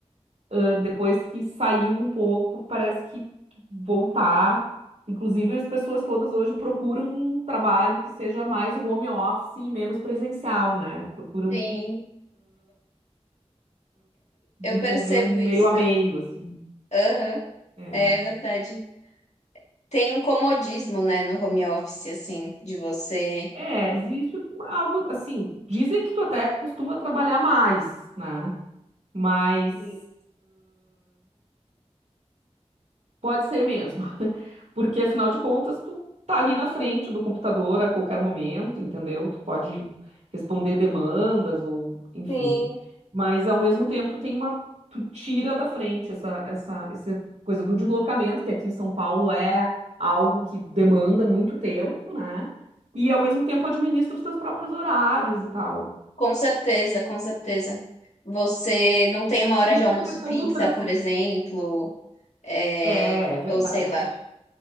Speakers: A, on the right (about 85°); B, on the left (about 80°).
A: ah, depois que saiu um pouco, parece que que voltar. Inclusive, as pessoas todas hoje procuram um trabalho que seja mais home office e menos presencial, né? Procuram
B: Sim,
A: desenvolver
B: eu percebo
A: um
B: isso
A: meio a
B: também.
A: meio, assim.
B: Aham,
A: É.
B: é verdade. Tem um comodismo, né, no home office, assim, de você.
A: É, existe algo assim. Dizem que tu até costuma trabalhar mais, né? Mas
B: Sim.
A: Pode ser mesmo. <laughs> Porque afinal de contas, tu tá ali na frente do computador a qualquer momento, entendeu? Tu pode responder demandas ou enfim.
B: Sim,
A: Mas ao mesmo tempo, tu tem uma tu tira da frente essa essa essa coisa do deslocamento, que aqui em São Paulo é algo que demanda muito tempo, né? E ao mesmo tempo administra os teus próprios horários e tal.
B: com certeza, com certeza. Você não tem uma hora
A: E essa
B: de almoço
A: questão
B: fixa,
A: do trans...
B: por exemplo, é,
A: É, é verdade.
B: ou sei lá.